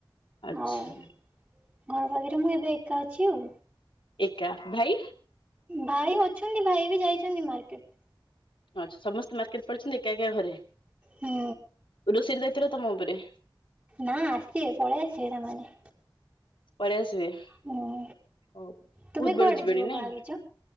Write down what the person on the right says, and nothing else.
ଆଉ ଘର ପାଖେରେ ମୁଁ ଏବେ ଏକା ଅଛି ଆଉ।
ଭାଇ ଅଛନ୍ତି ଭାଇ ବି ଯାଇଛନ୍ତି ମାର୍କେଟ୍।
ହୁଁ
ନା ଆସିବେ ପଳେଇ ଆସିବେ ସେମାନେ।
ହୁଁ ତୁମେ
କୁଆଡ଼େ
ଯିବ
ବାହାରୁଛ